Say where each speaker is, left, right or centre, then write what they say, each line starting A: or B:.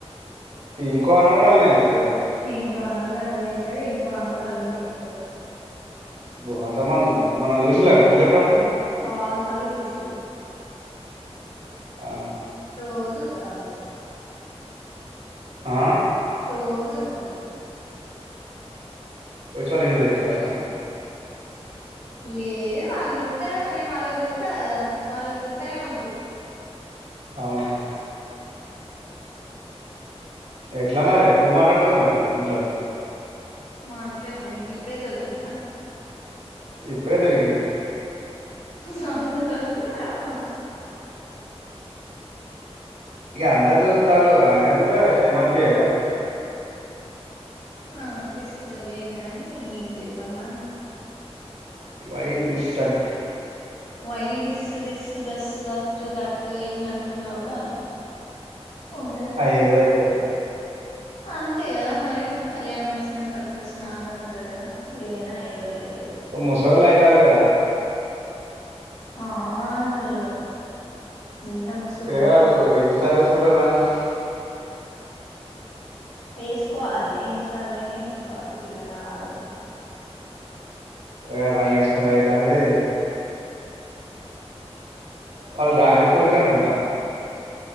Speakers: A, on the right; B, on the left.
A: ఇంకో అన్న కూడాళ్నే చేస్తారు కదా
B: ఇంకో అన్న కూడా అల్లనే చేత్తడు ఇంకో అన్న కూడా అల్నే చేత్తడు
A: ఓ అంతమనుదర మనల్ని జూసింద్రా వీలేపుడన్న
B: చాలసార్లు చూసిర్ ఉ
A: అవునా
B: రోజు ఉత్తరాలు
A: ఆ
B: రో చూప్తారు
A: వచ్చి వాళ్ళిలలోచెప్తర అట
B: లేదు వాళ్ళు చూత్తరు నేను వాళ్ళ వి జూత్త కదా వాళ్ళు చూత్త నే ఉండరు
A: అవునా ఎట్లా మరి ఎప్పుడు మాట్లాడుతావు మరి ఏట్లా
B: మాట్లాడతా నీక్ఇప్పుడే దొరికిందా
A: ఇప్పుడే దొరికింది
B: సందుదొరికితే అ టమ్
A: ఇక అందరుూస్తాలు ఆయన కూడా షేమ్ అంతేగద
B: ఆ అనిపిస్తులేగానీ ఏం చేద్దామా
A: వై థిస్ అనే
B: why this this thus that that ఏన్ని అనుకున్నా కూడా ఉంటది కొంచెం
A: ఆ ఏ రోజు అవుతుందా
B: అంతే కదా మరి కళ్యాణం వచ్చినా కక్ వచ్చినా ఆగదు అంటారు కదా ఏదైనా అయ్యే రోజ్ అయిత
A: ముసలోలు ఆయితే ట్టాలి కదా
B: ఆ హలో నిన్న మస్తు
A: పిల్లగాడు
B: ఘోరంగా
A: <inaudible>
B: వేసుకోవాలి ఎన్నిసార్లు అయినా వేసుకోవాలి పిల్ల కావాలన్నప్పుడు
A: ఇగ రంగు ఎస్ కుడా అయితండి వాళ్ళ డాడీ పోలిక అనుకుంటా